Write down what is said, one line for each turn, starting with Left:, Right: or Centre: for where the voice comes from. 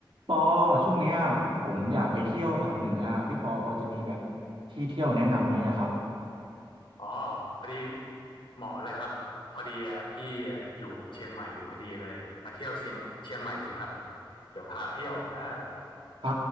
Right: ปอช่วงเนี้ยผมอยากไปเที่ยวแถวเหนืออะพี่ปอพอจะมีแบบที่เที่ยวแนะนำไหมอะครับ
Left: อ๋อพอดีเหมาะเลยครับพอดีอ่ะพี่อ่ะอยู่เชียงใหม่อยู่พอดีเลยมาเที่ยวเชียงเชียงใหม่สิครับเดี๋ยวพาเที่ยวอ่า
Right: อ๋อ